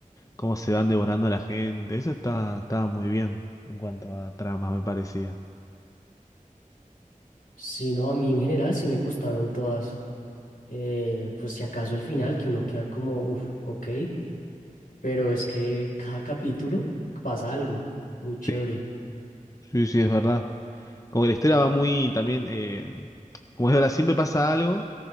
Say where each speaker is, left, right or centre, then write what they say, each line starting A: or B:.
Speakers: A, on the left; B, on the left.
A: cómo se van devorando a la gente. Eso está, estaba muy bien en cuanto a tramas, me parecía.
B: Sí, no, a mí en general sí me gustaron todas. Eh, pues si acaso el final, que uno queda como, uff, ok. Pero es que cada capítulo pasa algo muy chévere.
A: Sí, sí, sí, es verdad. Como que la historia va muy también, eh, como es ahora, siempre pasa algo.